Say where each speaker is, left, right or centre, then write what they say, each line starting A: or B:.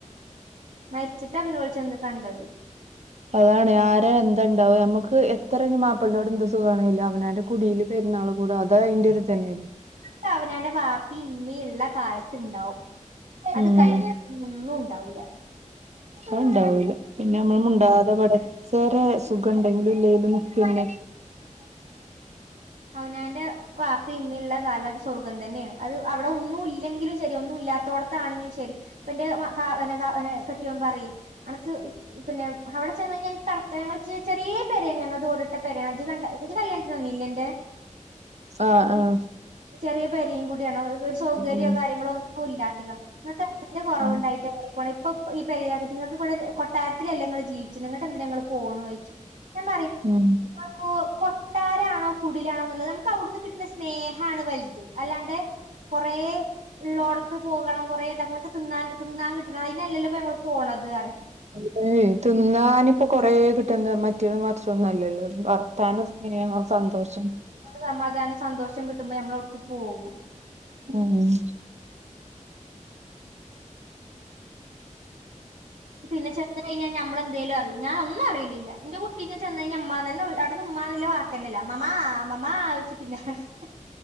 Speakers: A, on the right; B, on the right.
A: മര്ച്ചിട്ടാ പിന്ന ഓള് ചെന്ന് കണ്ടത്
B: അതാണ് ആരാ എന്താ ഇണ്ടാവ നമ്മക്ക് എത്ര ഇനി മാപ്പ്ൾന്റവ്ട എന്ത് സുകാണേലും അവനാന്റെ കുടിയില് പെര്ന്നാള് കൂട അതയ്ന്റെ ഒരു ഇത ന്നെ
A: പ്പ അവനവന്റെ വാപ്പി ഇമ്മി ഇള്ള കാലത്തിണ്ടാവും. അത്
B: ഉം
A: കഴിഞ്ഞിട്ട് ഒന്നും ഉണ്ടാവൂല്ല.
B: അത് ഉണ്ടാവൂല. പിന്നെ അമ്മള് മുണ്ടാതെ വടച്ചരെ സുഖ ഇണ്ടെങ്കിലും ഇല്ലേലും പിന്നെ,
A: അവനാന്റെ വാപ്പി ഇമ്മി ഇള്ള കാലം സ്വർഗ്ഗം തന്നെണ്. അത് അവിടെ ഒന്നു ഇല്ലെങ്കിലു ശെരി ഒന്നു ഇല്ലാത്തോട ത്താണെങ്കിലും ശെരി. ന്റെ മ കാ ന്നാ വ നാ കെട്യോൻ പറയ് അനക് ഇച്ച് പിന്നെ അവിടെ ചെന്ന് കൈഞ്ഞ <unintelligible> ചെറിയെ പേരെണ്, ഞങ്ങള്തെ ഓടിട്ട പെരയാണ്. അജ് കണ്ട ഇജ് കല്യാണത്തിന് വന്നില്ലെ എന്റെ.
B: ആഹ് ആ.
A: ചെറിയ പെരേം കൂടിയാണ്. ഒരു സൗകര്യോ
B: ഉം
A: കാര്യങ്ങളോ ഒന്നു ഇല്ലാണ്ടില്ല. <unintelligible> എന്ത് കൊറവുണ്ടായിട്ട
B: ഉം
A: ഇവളി പോണെ. ഇപ്പം ഈ പെരേല് <unintelligible> ഇപ്പ കൊട്ടാരത്തില് അല്ലെ ഇങ്ങള് ജീവി ച്ന്നെങ്ങട്ട എന്തിന ഇങ്ങള് പോണോയ്ച്ച്‌ ഞാ പറയും
B: ഉം
A: ഇപ്പൊ കൊട്ടാരാണോ കുടിലാണോന്നുള്ളത്. നമ്ക്കവുടുന്ന് കിട്ടുന്ന സ്നേഹ ണ് വൽത്. അല്ലാണ്ടെ കൊറേ, ഇള്ളോടത്ത് പോകണം. കൊറേ ഇതങ്ങള്ക് തിന്നാ തിന്നാ കിട്ടണം. അയ്നല്ലല്ലോ ഇപ്പ ഞമ്മള് പോണത് <unintelligible>
B: അത് തിന്നാനിപ്പ കൊറേ കിട്ടന്നത്, മറ്റേത് മറ്ചൊ ഒന്നു അല്ലല്ലോ. വർത്താനം, സ്നേഹം സന്തോഷം,
A: സമാധാനം സന്തോഷം കിട്ടുമ്പോ ഞമ്മളവിട്ക്ക് പോകും.
B: ഉം ഉം.
A: പിന്നെ ചെന്ന് കൈഞ്ഞാ ഞമ്മളെന്തേലു അറ്യും. ഞാ ഒന്നും അറിയലില്ല. ന്റെ കുട്ടീ ഞാ ചെന്ന കൈഞ അമ്മാന്ന് തന്നെ <unintelligible> തന്നല്ല. അമമ്മാ അമമ്മാ വിളിച്ചു പിന്നാലെ നട